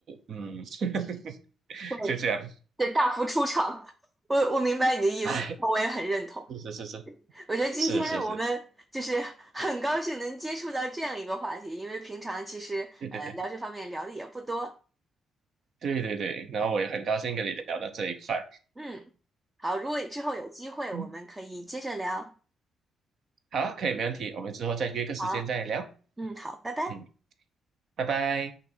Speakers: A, on the right; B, on the right.
A: 嗯，<laughs>
B: 对，
A: 就这样，
B: 对，大幅出厂。我我明白你的意思，
A: 哎，
B: 我也很认同。
A: 是是是是
B: 我觉得今天我们就是
A: 是是是，
B: <laughs> 很高兴能接触到这样一个话题，因为平常其实呃聊这方面聊的也不多。
A: 对对对对对对，然后我也很高兴跟你聊到这一块，
B: 嗯，好，如果之后有机会，
A: 嗯，
B: 我们可以接着聊。
A: 好，可以，没问题，我们之后再约个时间再聊，
B: 好，嗯，好，拜拜。
A: 嗯，拜拜。